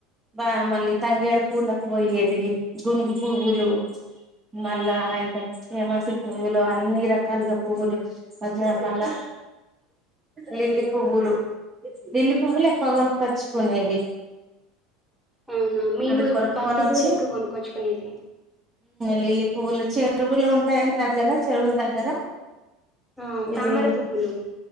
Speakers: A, on the right (about 15°); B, in the centre.
A: బా మళ్ళీ తంగేడు పూలకు పోయేది. గునుగు పువ్వులు, మళ్ళా ఇంకా చేమంతి పువ్వులు అన్ని రకాలుగా పువ్వులు మంచిగా మళ్ళా, లిల్లీ పువ్వులు. లిల్లి పువ్వులు ఎక్కువ కొనుక్కొచ్చుకునేది.
B: అవునా మేము
A: అవి కొనుక్కొని
B: బంతి
A: వచ్చి
B: పూలు ఎక్కువ కొనుక్కొచ్చుకునేది
A: లిల్లీ పువ్వులు చెరువులు ఉంటాయి దగ్గర చెరువుల దగ్గర
B: ఆ
A: ఇది
B: తామరపువ్వులు